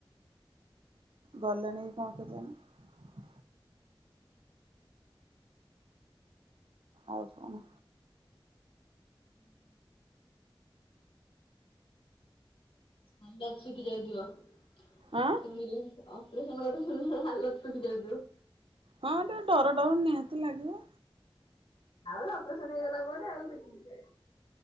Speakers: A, on the right; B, on the left.
A: ଗଲେଣି କଣ କେଜାଣି? ଆଉ କଣ?
B: <inaudible> ଭଲ ଆସିକି ଯାଇଥିବ ଶୁଣିଲେ
A: ଆଁ
B: ଆଉ ଅପ୍ରେସନ କଥା ଶୁନିକି ତାର ହାଲତ ବାଜି ଯାଉଥିବ।
A: ହଁ ଟିକେ ଡର ଡର ନିହାତି ଲାଗିବ।
B: ଆଉ ଅପ୍ରେସନ ହେଇଗଲା ପରେ ଆଉ କିଛି ନି।